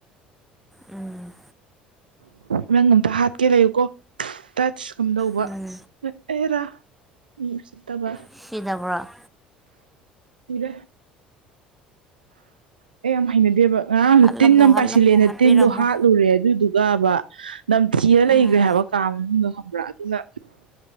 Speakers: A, in the centre; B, on the right.
A: ꯎꯝ
B: ꯅꯪ ꯑꯝꯇ ꯍꯥꯠꯀꯦ ꯂꯩꯌꯨꯀꯣ ꯇꯆ ꯀꯝꯗꯧꯕ
A: ꯎꯝ
B: ꯑꯦꯔꯥ ꯃꯤ ꯎꯁꯤꯠꯇꯕ
A: ꯁꯤꯗꯥꯕ꯭ꯔꯥ
B: ꯁꯤꯔꯦ ꯑꯩ ꯌꯥꯝ ꯍꯩꯅꯗꯦꯕ ꯉꯔꯥꯡꯁꯨ
A: ꯍꯥꯠꯂꯝꯃꯣ
B: ꯇꯤꯟ ꯑꯃ
A: ꯍꯥꯠꯂꯝꯃꯣ
B: ꯄꯥꯏꯁꯤꯜꯂꯦꯅ
A: ꯍꯥꯠꯄꯤꯔꯝꯃꯣ
B: ꯇꯤꯟꯗꯣ ꯍꯥꯠꯂꯨꯔꯦ ꯑꯗꯨꯏꯗꯨꯒꯕ ꯅꯝꯊꯤꯔ ꯂꯩꯒ꯭ꯔꯦ
A: ꯎꯝ
B: ꯍꯥꯏꯕ ꯀꯥ ꯃꯅꯨꯡꯗꯣ ꯈꯪꯕ꯭ꯔꯥ ꯑꯗꯨꯅ